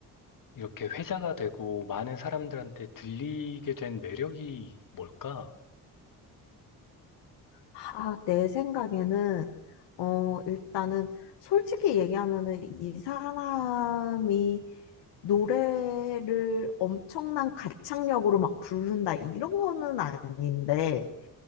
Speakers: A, on the left (about 50°); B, on the left (about 80°).
A: 이렇게 회자가 되고 많은 사람들한테 들리게 된 매력이 뭘까?
B: 아, 내 생각에는, 어, 일단은 솔직히 얘기하면은 이 사람이 노래를 엄청난 가창력으로 막 부른다 이런 거는 아닌데